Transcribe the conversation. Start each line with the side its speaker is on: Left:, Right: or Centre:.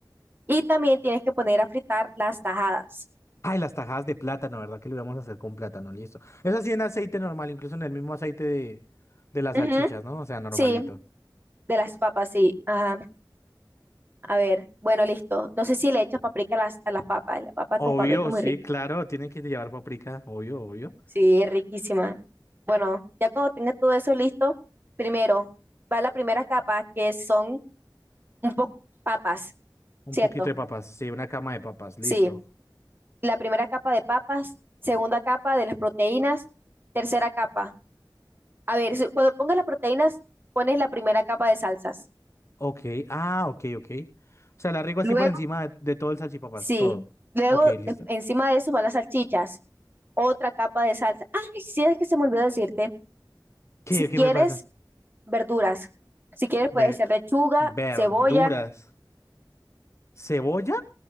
Right: Y también tienes que poner a fritar las tajadas.
Left: Ay, las tajadas de plátano, ¿verdad? Que lo íbamos a hacer con plátano, listo. Es así en aceite normal, incluso en el mismo aceite de, de las
Right: Ujú,
Left: salchichas, ¿no? O sea, normalito.
Right: Sí, de las papas, sí. Ajá. A ver, bueno, listo. No sé si le echas paprika a las, a las papas. La papa con
Left: Obvio,
Right: paprika es muy
Left: sí,
Right: rica.
Left: claro, tiene que llevar paprika, obvio, obvio.
Right: Sí, es riquísima. Bueno, ya cuando tengas todo eso listo, primero va la primera capa, que son un poco papas,
Left: Un
Right: ¿cierto?
Left: poquito de papas, sí, una cama de papas,
Right: Sí,
Left: listo.
Right: la primera capa de papas, segunda capa de las proteínas, tercera capa. A ver, si- cuando pongas las proteínas, pones la primera capa de salsas.
Left: Ok, ah, ok, ok. O sea, la riego
Right: Luego,
Left: así por encima de, de todo el salchipapas,
Right: sí,
Left: todo.
Right: luego
Left: Ok, listo.
Right: de- encima de eso van las salchichas, otra capa de salsa. Ah, sí, es que se me olvidó decirte,
Left: ¿Qué,
Right: si
Left: qué
Right: quieres
Left: me pasa?
Right: verduras, si quieres
Left: Ve-
Right: puede ser lechuga,
Left: verduras.
Right: cebolla
Left: ¿Cebolla?